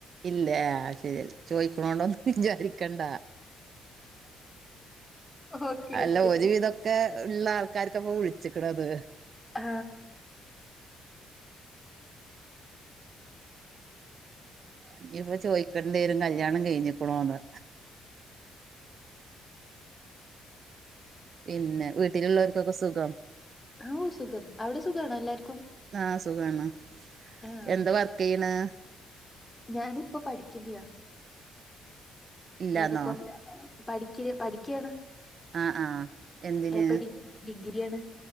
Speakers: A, on the right; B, on the left.
A: ഇല്ലേ, ആഹ് ശരി ചോദിക്കണോണ്ട് ഒന്നു വിചാരിക്കണ്ട
B: ഓക്കെ ഓക്കെ
A: അല്ല ഒരുവിതൊക്കെ. ഉള്ള ആൾക്കാർക്ക് പ്പൊ വിളിച്ചിക്ക്ണത്.
B: ആ
A: ഇഞ് ഇപ്പ ചോയ്ക്കണ്ടിയേരും കല്യാണം കഴിഞ്ഞിക്ണോന്ന്. പിന്നെ വീട്ടിലിള്ളോർക്കൊക്കെ സുഖം
B: അവു സുഖം. അവിടെ സുഖാണോ എല്ലാർക്കും?
A: ആഹ് സുഖാണ്.
B: ആഹ്
A: എന്ത വർക്കെയ്യ്ണ്?
B: ഞാനിപ്പ പഠിക്കുന്ന്യാ
A: ഇല്ലാന്നോ
B: ഞാനിപ്പം പഠിക്ണെ പഠിക്ക്യാണ്.
A: ആഹ് ആഹ് എന്തിന്
B: ഇപ്പ ഡി ഡിഗ്രിയാണ്.